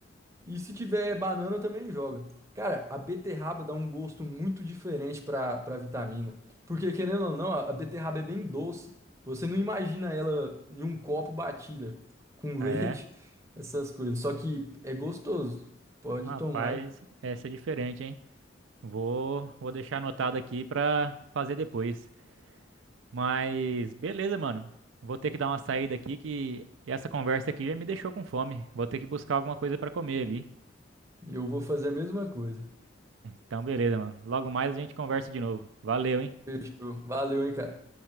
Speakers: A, on the right (about 15°); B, on the right (about 85°).
A: E se tiver banana também joga. Cara, a beterraba dá um gosto muito diferente pra, pra vitamina. Porque, querendo ou não, a a beterraba é bem doce. Você não imagina ela em um copo batida, com
B: É,
A: <laughs> leite, essas coisas. Só que é gostoso. Pode
B: rapaz,
A: tomar.
B: essa é diferente, hein? Vou, vou deixar anotado aqui pra fazer depois. Mas beleza, mano. Vou ter que dar uma saída aqui que essa conversa aqui já me deixou com fome. Vou ter que buscar alguma coisa pra comer ali. <laughs>
A: Eu vou fazer a mesma coisa.
B: Então, beleza, mano. Logo mais a gente conversa de novo. Valeu, hein?
A: Fechou. Valeu, hein, cara.